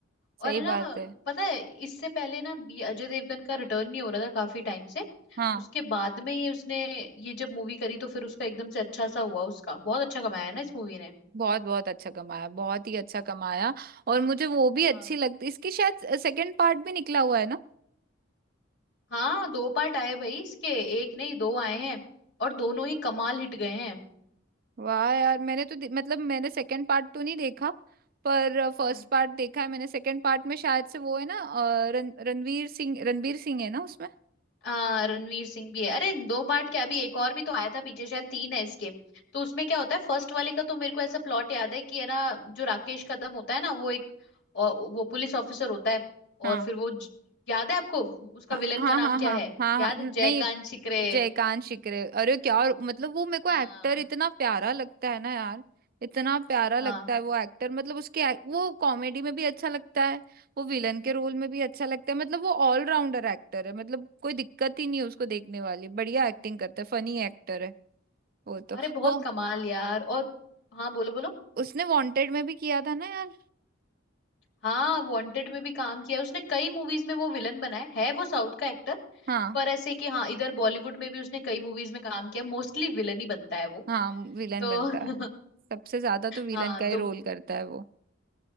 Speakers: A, on the left; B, on the right.
A: और
B: सही
A: है
B: बात
A: ना
B: है
A: पता है इससे पहले ना ये अजय देवगन का रिटर्न नहीं हो रहा था काफी टाइम से
B: हाँ
A: उसके बाद में ये उसने ये जब मूवी करी तो फिर उसका एकदम से अच्छा सा हुआ उसका बहुत अच्छा कमाया है ना इस मूवी ने
B: बहुत बहुत अच्छा कमाया बहुत ही अच्छा कमाया और मुझे वो भी अच्छी
A: हाँ
B: लगती इसकी शायद सेकंड पार्ट भी निकला हुआ है ना
A: हाँ दो पार्ट आए भाई इसके एक नहीं दो आए हैं और दोनों ही कमाल हिट गए हैं
B: वाह यार मैंने तो दे- मतलब मैंने सेकंड पार्ट तो नहीं देखा पर फर्स्ट
A: हम्म
B: पार्ट देखा है मैंने सेकंड पार्ट में शायद से वो है ना अ, रण, रणवीर सिंह रणवीर सिंह है ना उसमें
A: आ, रणवीर सिंह भी है अरे दो पार्ट क्या अभी एक और भी तो आया था पीछे शायद तीन है इसके तो उसमें क्या होता है फर्स्ट वाले का तो मेरे को ऐसा प्लॉट याद है कि है ना जो राकेश कदम होता है ना वो एक और वो पुलिस ऑफिसर होता है
B: हाँ
A: और फिर वो ज- याद है आपको उसका
B: हाँ
A: विलन
B: हाँ
A: का नाम
B: हाँ
A: क्या
B: हाँ
A: है
B: हाँ
A: याद
B: हाँ, न-
A: है जयकांत
B: नहीं
A: शिकरे
B: जयकांत शिकरे अरे क्या और- मतलब वो मेरे को
A: हाँ
B: एक्टर इतना प्यारा लगता है ना यार इतना प्यारा
A: हाँ
B: लगता है वो एक्टर मतलब उसके act- वो कॉमेडी में भी अच्छा लगता है वो विलन के रोल में भी अच्छा लगता है मतलब वो ऑलराउंडर एक्टर है मतलब कोई दिक्कत ही नहीं है उसको देखने वाली बढ़िया एक्टिंग करता है फनी एक्टर है वो तो
A: अरे बहुत
B: वो
A: कमाल यार और हाँ बोलो बोलो
B: उसने वांटेड में भी किया था ना यार
A: हाँ वांटेड में भी काम किया है उसने कई मूवीज में वो विलन बना है है वो साउथ का एक्टर
B: हाँ
A: पर ऐसे कि हाँ इधर बॉलीवुड में भी उसने कई मूवीज में काम किया मोस्टली विलन ही बनता है वो
B: हाँ विलन
A: तो
B: बनता
A: <laughs>
B: है सबसे ज्यादा तो विलन
A: हाँ
B: का ही
A: तो
B: रोल करता है वो